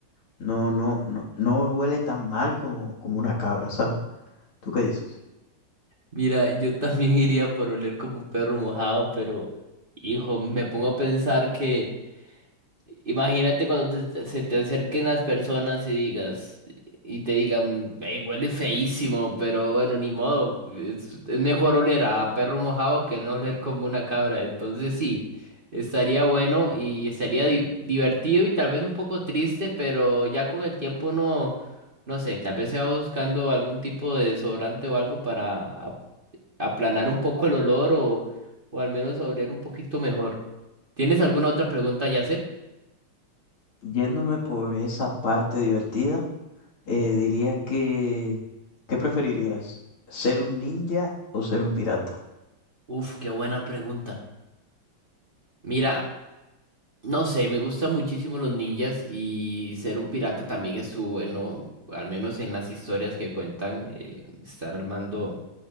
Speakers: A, on the left; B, on the right.
A: no, no, no, no huele tan mal como, como una cabra, ¿sabes? ¿Tú qué dices?
B: Mira, yo también <laughs> iría por oler como un perro mojado, pero hijo, me pongo a pensar que Imagínate cuando te- te- se te acerquen las personas y digas, y te digan, hey, huele feísimo, pero bueno, ni modo, es, es mejor oler a perro mojado que no oler como una cabra. Entonces sí, estaría bueno y estaría di- divertido y tal vez un poco triste, pero ya con el tiempo no, no sé, tal vez se va buscando algún tipo de desodorante o algo para a- aplanar un poco el olor o, o al menos oler un poquito mejor. ¿Tienes alguna otra pregunta, Yasser?
A: Yéndome por esa parte divertida, eh, diría que, ¿qué preferirías? ¿Ser un ninja o ser un pirata?
B: Uf, qué buena pregunta. Mira, no sé, me gustan muchísimo los ninjas y ser un pirata también estuvo bueno, al menos en las historias que cuentan, eh, estar al mando